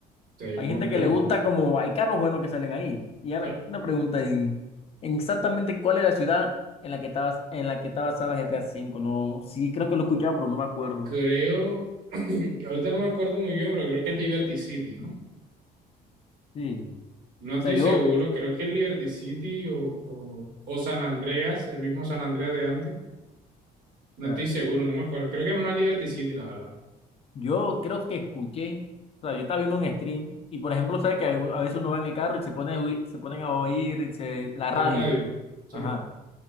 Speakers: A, on the right; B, on the left.
A: sea, hay
B: Hay
A: un montón.
B: gente que le gusta como hay carros buenos que salen ahí. Y ahora
A: Ahora,
B: una pregunta en, en exactamente cuál es la ciudad en la que estabas en la que está basada GTA cinco No, sí creo que lo escuchaba, pero no me acuerdo.
A: Creo, <clears throat> ahorita no me acuerdo muy bien, pero creo que es Liberty City, ¿no?
B: Sí.
A: No estoy
B: O sea, yo,
A: seguro,
B: o
A: creo que es Liberty City o, o, o San Andreas, el mismo San Andreas de antes. No
B: sea,
A: estoy seguro, no me acuerdo. Creo que es más Liberty City, la verdad.
B: yo creo que escuché, o sea, yo estaba viendo un stream y por ejemplo, sabes que a a veces uno va en el carro y se pone a oí- se ponen a oír se- la radio.
A: El radio, sí.
B: Ajá.